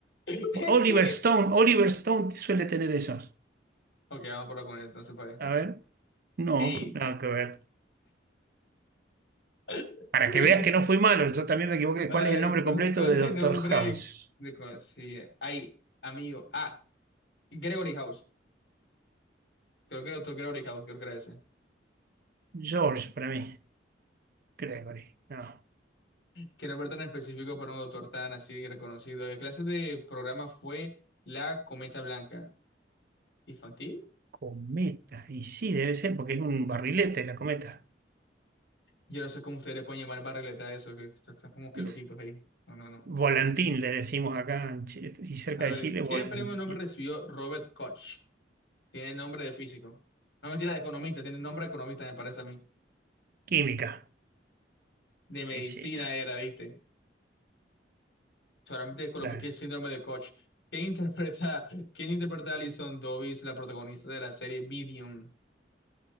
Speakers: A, on the left (about 65°); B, on the right (about 55°).
A: <laughs> ¿En
B: Oliver
A: serio?
B: Stone, Oliver Stone suele tener esos.
A: Ok, vamos por acá con él entonces, para ver.
B: A ver, no,
A: Ey.
B: nada que ver.
A: <laughs>
B: Para que veas que no fui malo, yo también me equivoqué.
A: A
B: ¿Cuál es
A: ver,
B: el nombre
A: ¿cu-
B: completo
A: ¿cuál
B: de
A: es
B: Doctor
A: el nombre
B: House?
A: de... cu- Sí, ay, amigo. Ah, Gregory House. Creo que el otro Gregory House, creo que era ese.
B: George, para mí. Gregory, no.
A: Quiero ver tan específico para un doctor tan así reconocido. La clase de programa fue la Cometa Blanca. ¿Infantil?
B: Cometa, y sí, debe ser, porque es un barrilete la cometa.
A: Yo no sé cómo ustedes le pueden llamar barrileta a eso, que están están como que
B: Es-
A: loquitos ahí. No, no, no.
B: Volantín,
A: Eso es-
B: le decimos acá, en Chi- y cerca
A: A
B: de
A: ver,
B: Chile,
A: ¿qué
B: volantín.
A: premio nombre recibió Robert Koch? Tiene nombre de físico. No, mentira, de economista. Tiene nombre de economista, me parece a mí.
B: Química,
A: De medicina
B: y sí, no,
A: era, ¿viste? Solamente coloqué
B: dale.
A: aquí el síndrome de Koch. ¿Quién interpreta, quién interpreta a Alison Dobbins, la protagonista de la serie Medium?